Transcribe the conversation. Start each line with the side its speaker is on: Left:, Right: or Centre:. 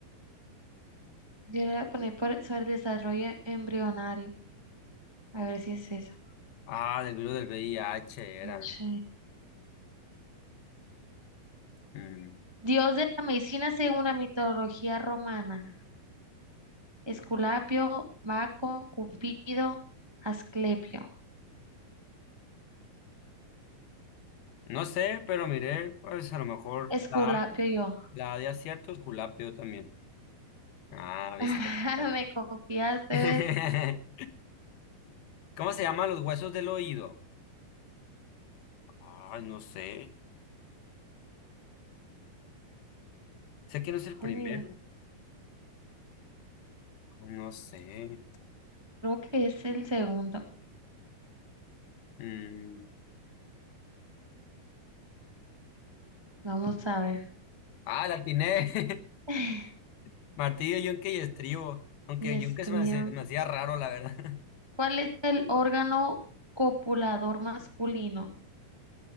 Right: Yo le voy a poner por, sobre el desarrollo embrionario. A ver si es eso.
Left: Ah, del virus del VIH eran.
Right: H.
Left: Mm.
Right: Dios de la medicina según la mitología romana. Esculapio, Baco, Cupido, Asclepio.
Left: No sé, pero miré, pues a lo mejor
Right: Esculapio
Left: la, A-
Right: yo.
Left: la A de aciertos, culapio también. Ah,
Right: <laughs>
Left: viste. Ay.
Right: Me copiaste,
Left: <laughs>
Right: ¿ves?
Left: ¿Cómo se llaman los huesos del oído? Ah, no sé. Sé que no es el primero.
Right: Ay, mira,
Left: No sé.
Right: creo que es el segundo.
Left: Mm.
Right: Vamos a ver.
Left: Ah, la atiné.
Right: <laughs>
Left: <laughs> Martillo, yunque y estribo. Aunque
Right: Dios
Left: yunque se
Right: mío.
Left: me hace- me hacía raro, la verdad.
Right: ¿Cuál es el órgano copulador masculino?